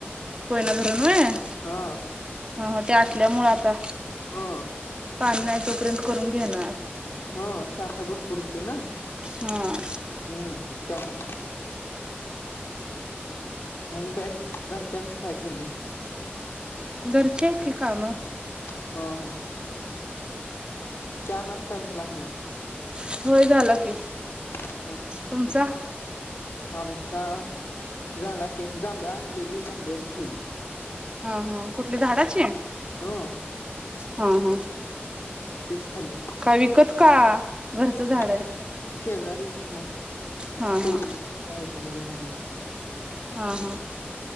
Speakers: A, on the right (about 25°); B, on the left (about 75°).
A: कोयना धरण होय? हं.
B: हा
A: हं. ते आटल्यामुळ आता.
B: ह
A: पाणी नाही तोपर्यंत करून घेणार.
B: हां. साठा भरपूर होतोय ना?
A: हां.
B: हम्म. त्यामुळं. आणि काय नाही. घरच्यांच काय चाललंय?
A: घरची आहे की काम.
B: हां. हां. चा नाश्ता झाला की नाही?
A: होय. झाला की.
B: हं. हं.
A: तुमचा
B: आमचा- झाला की. जांभळ आणलेली जांभळच खाल्ली.
A: हा. हा. कुठली झाडाची?
B: ह
A: हां. हां.
B: तीच खाल्ली.
A: काय विकत का? घरचं झाड
B: नाय.
A: आहे
B: शेजारी झाड आहे.
A: हा
B: पोरी
A: हा
B: येताना घेऊन आल्या.
A: हां. हां.